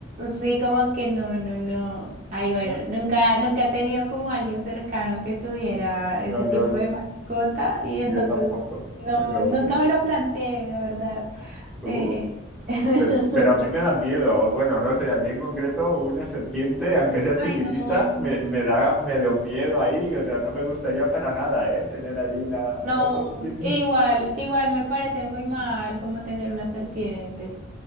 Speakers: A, on the right; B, in the centre.
A: Sí, como que no, no, no. Ay, bueno,
B: No,
A: nunca, nunca he tenido como alguien cercano que tuviera
B: no,
A: ese tipo
B: no.
A: de mascota y entonces
B: Yo tampoco,
A: no,
B: pero
A: nunca me lo planteé, la verdad.
B: tú,
A: Eh, <laughs>
B: pero, pero a mí me da miedo. o Bueno, no sé, a mí en concreto una serpiente, aunque sea chiquitita,
A: Ay, no.
B: me, me da medio miedo ahí. O sea, no me gustaría para nada, ¿eh? Tener ahí una,
A: No,
B: una serpiente.
A: igual, igual me parece muy mal como tener una serpiente.